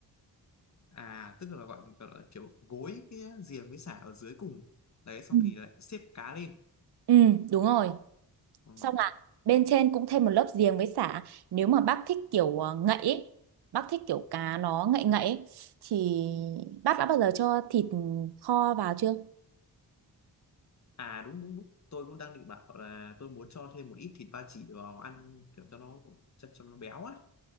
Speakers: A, on the left; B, on the right.
A: À, tức là gọi, gọi là kiểu gối cái giềng với sả ở dưới cùng. Đấy xong
B: Ừ.
A: thì lại xếp cá lên.
B: ừ đúng rồi
A: Ừ.
B: xong là bên trên cũng thêm một lớp giềng với sả nếu mà bác thích kiểu ờ, ngậy ấy, bác thích kiểu cá nó ngậy ngậy ấy, thì bác đã bao giờ cho thịt kho vào chưa
A: À đúng đúng đúng. Tôi cũng đang định bảo là tôi muốn cho thêm một ít thịt ba chỉ vào ăn kiểu cho nó cho, cho nó béo á.